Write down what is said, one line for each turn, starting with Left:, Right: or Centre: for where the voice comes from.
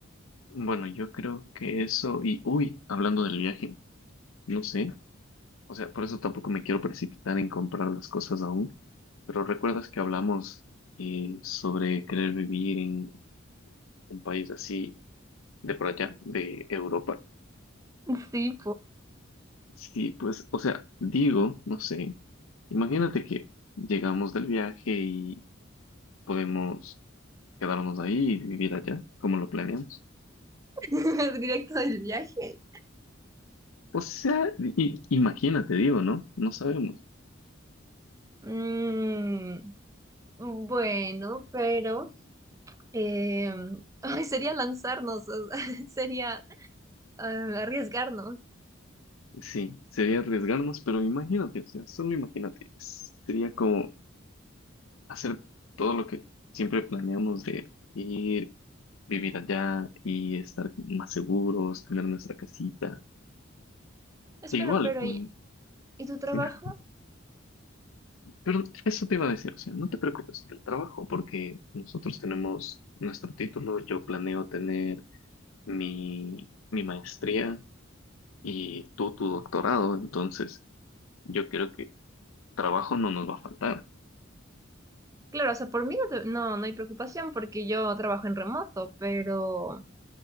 Left: Bueno, yo creo que eso, y uy, hablando del viaje, no sé, o sea, por eso tampoco me quiero precipitar en comprar las cosas aún, pero recuerdas que hablamos eh, sobre querer vivir en un país así de por allá, de Europa.
Right: <laughs> Sí,
Left: Sí, pues, o sea, digo, no sé, imagínate que llegamos del viaje y podemos quedarnos ahí y vivir allá, como lo planeamos.
Right: <laughs> Directo del viaje.
Left: O sea, i- imagínate, digo, ¿no? No sabemos.
Right: Mm, bueno, pero eh, <laughs> ay, sería lanzarnos, o sea, <laughs> sería eh, arriesgarnos.
Left: Sí, sería arriesgarnos, pero imagínate, o sea, solo imagínate, es- sería como hacer todo lo que siempre planeamos de ir, vivir allá y estar más seguros, tener nuestra casita.
Right: Espera,
Left: E igual,
Right: pero
Left: con...
Right: ¿y, y tu trabajo?
Left: <laughs> Pero eso te iba a decir, o sea, no te preocupes del trabajo porque nosotros tenemos nuestro título, yo planeo tener mi, mi maestría y tú tu doctorado, entonces yo creo que trabajo no nos va a faltar.
Right: Claro, o sea, por mí no, te- no, no hay preocupación porque yo trabajo en remoto, pero